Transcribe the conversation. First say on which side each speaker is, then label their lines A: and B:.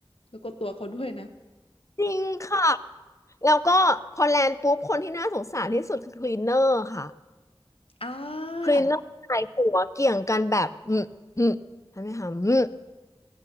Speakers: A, on the left; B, on the left.
A: แล้วก็ตัวเขาด้วยนะ
B: จริงค่ะแล้วก็พอแลนด์ปุ๊บคนที่น่าสงสารที่สุดคือคลีนเนอร์ค่ะ
A: อ่า
B: คลีนเนอร์ชายหัวเกี่ยงกันแบบอืมอืมทำไมคะอืม